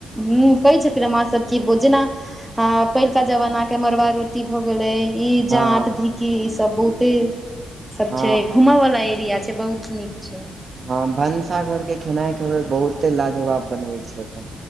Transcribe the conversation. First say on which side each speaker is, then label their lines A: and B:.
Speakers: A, in the centre; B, on the right.
A: हूँ, कहै छथिन माँ सभ कि भो जना आ पहिल का जमाना के मरबा रोटी भऽ गेले ई
B: हँ
A: जात ढिकी ई सभ बहुते सभ
B: हँ
A: छै घूमय वाला एरिया छै बहुत निक छै।
B: हँ, भनसा घरके खेनाइ खेबै बहुते लाजवाब बनबैत छै। ओतऽ